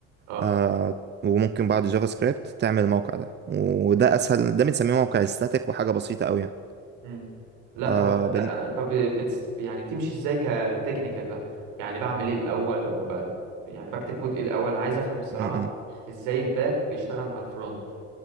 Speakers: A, on the right; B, on the right.
A: اه
B: آه وممكن بعد جافا سكريبت تعمل الموقع ده وده أسهل ده بنسميه موقع استاتيك وحاجة بسيطة أوي يعني
A: امم لا
B: آه
A: طب
B: بن...
A: لا انا طب بتس يعني بتمشي ازاي كتكنيكال بقى يعني بعمل ايه الاول او ب... يعني بكتب كود ايه الاول انا عايز افهم الصراحه
B: م- م-
A: ازاي الباك بيشتغل مع الفرونت